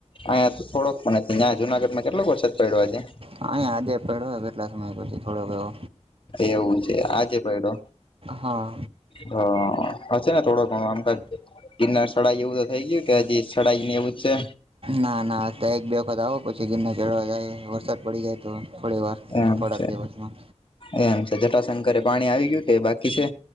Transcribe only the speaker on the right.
હાયા જે પડ્યો કેટલા સમય પછી થોડોક એવો.
હા
ના ના અ ત્યાં એક બે વખત આવો પછી ગિરના ચઢવા જાય વરસાદ પડી જાય તો થોડી વાર.
થોડાક
દિવસમાં